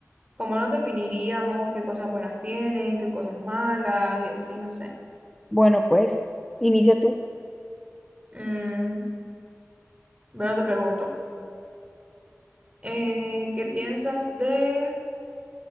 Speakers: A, on the right; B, in the centre.
A: cómo los definiríamos, qué cosas buenas tienen, qué cosas malas y así, no sé.
B: Bueno, pues, inicia tú.
A: Mm, bueno, te pregunto, eh, ¿qué piensas de,